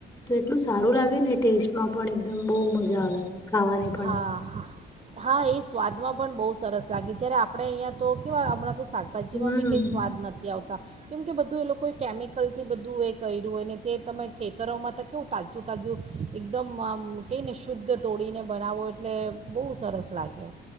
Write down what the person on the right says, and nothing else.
હા, હા, હા, એ સ્વાદમાં પણ બહુ સરસ લાગે, જ્યારે આપણે અહીંયા તો કેવા હમણાં તો શાકભાજીમાં
બી કંઈ સ્વાદ નથી આવતા. કેમ કે, બધું એ લોકોએ કેમિકલથી બધું એ કર્યું હોય ને, તે તમે ખેતરોમાં તાજું-તાજું એકદમ કઈને શુદ્ધ તોડીને બનાવો, એટલે બહુ સરસ લાગે.